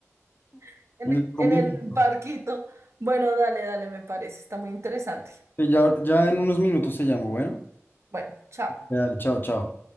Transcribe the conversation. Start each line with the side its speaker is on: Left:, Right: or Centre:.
Right: <laughs> en
Left: En
Right: el,
Left: el comienzo.
Right: en el barquito. Bueno, dale, dale, me parece. Está muy interesante.
Left: Sí, Ya, ya en unos minutos te llamo, bueno.
Right: Bueno, chao.
Left: Dale, chao, chao.